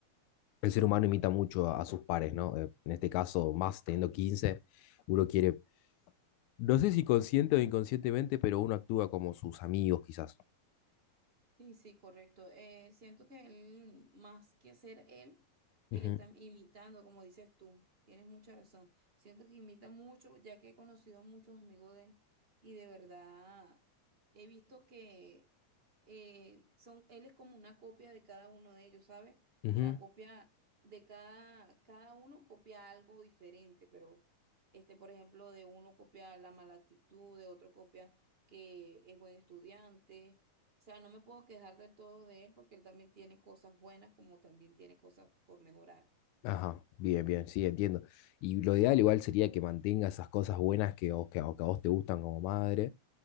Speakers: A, on the left; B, on the right.
A: el ser humano imita mucho a, a sus pares, ¿no? Eh, en este caso, más teniendo 15 uno quiere, no sé si consciente o inconscientemente, pero uno actúa como sus amigos quizás.
B: Sí, sí, correcto. Eh, siento que él, más que ser él,
A: Ujú,
B: él está imitando, como dices tú. Tienes mucha razón. Siento que imita mucho, ya que he conocido muchos amigos de él y de verdad he visto que eh, son, él es como una copia de cada uno de ellos, ¿sabes? O
A: ujú.
B: sea, copia de cada, cada uno copia algo diferente, pero este, por ejemplo, de uno copia la mala actitud, de otro copia que es buen estudiante o sea, no me puedo quejar de todo de él porque él también tiene cosas buenas como también tiene cosas por mejorar.
A: Ajá, bien, bien, sí, entiendo. Y lo ideal igual sería que mantenga esas cosas buenas que, vos- que, a- que a vos te gustan como madre